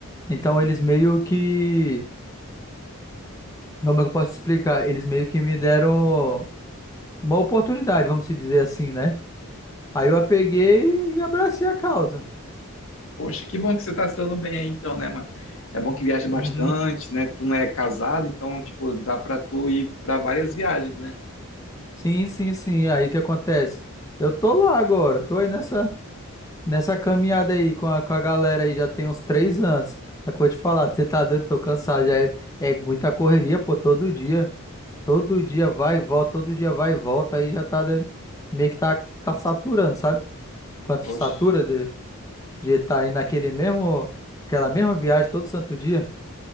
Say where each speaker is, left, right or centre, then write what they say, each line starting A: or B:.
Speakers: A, on the left (about 15°); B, on the left (about 65°).
A: então eles meio que, como é que eu posso te explicar? Eles meio que me deram uma oportunidade, vamos se dizer assim, né? Aí eu a peguei e abracei a causa.
B: Poxa, que bom que você tá se dando bem aí então, né, mano? É bom que viaja bastante,
A: Uhum.
B: né? Tu não é casado, então, tipo, dá pra tu ir pra várias viagens, né?
A: Sim, sim, sim. Aí o que acontece? Eu tô lá agora, tô aí nessa, nessa caminhada aí com a, com a galera aí, já tem uns três anos. Só que eu vou te falar, você tá doido, tô cansado, já é, é muita correria, pô, todo dia. Todo dia vai e volta, todo dia vai e volta, aí já tá dando- meio que tá, tá saturando, sabe? Quando
B: Poxa,
A: se satura de estar tá aí naquele mesmo, aquela mesma viagem todo santo dia.